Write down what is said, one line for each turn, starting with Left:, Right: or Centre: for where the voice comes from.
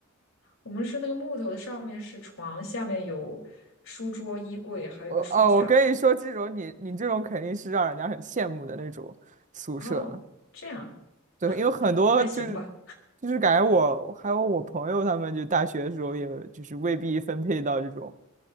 Left: 我们是那个木头的，上面是床，下面有书桌、衣柜，还有一个书架。
Right: 我哦，我跟你说，这种你你这种肯定是让人家很羡慕的那种宿舍了。
Left: 哦，这样
Right: 对，因为很多就是
Left: 还行吧。
Right: 就是感觉我还有我朋友他们，就大学的时候也就是未必分配到这种